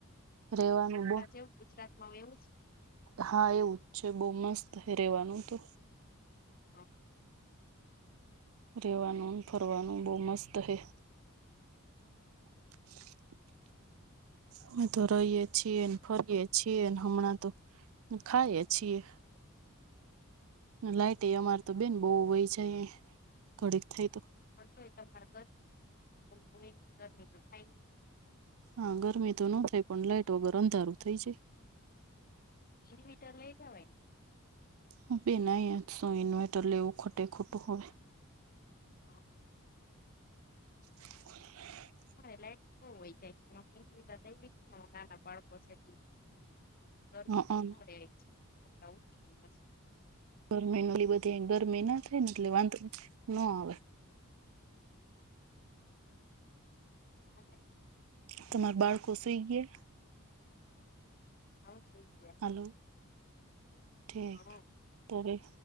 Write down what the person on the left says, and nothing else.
કેવું ગુજરાત? મા એવું જ.
હા.
તો એ તમારે ઘરું તો થાય.
ઇનવીટર લઈ લવાય.
હા.
હા એ લાઈટ નો વહી જાય તમે ઇન્વર્ટર લઈ લીધું હોય ને તો નાના બાળકો છે તો ગરમી
બારે આવી છે ઉઠી દિવસ
હલો.
હાવ સૂઈ ગયા.
હા